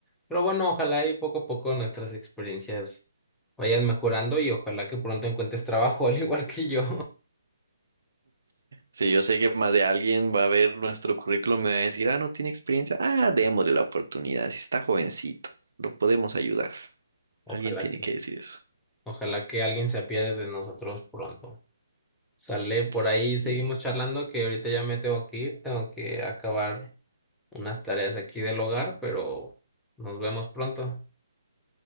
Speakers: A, in the centre; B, on the right (about 70°).
A: Pero bueno, ojalá y poco a poco nuestras experiencias vayan mejorando y ojalá que pronto encuentres trabajo, <laughs> al igual que yo.
B: Si yo sé que más de alguien va a ver nuestro currículum y me va a decir, ah, no tiene experiencia, ah, démosle la oportunidad, si está jovencito, lo podemos ayudar.
A: Ojalá
B: Alguien tiene
A: que
B: que
A: sí.
B: decir eso.
A: Ojalá que alguien se apiade de nosotros pronto. Sale por
B: Sí.
A: ahí, seguimos charlando, que ahorita ya me tengo que ir, tengo que acabar unas tareas aquí del hogar, pero nos vemos pronto.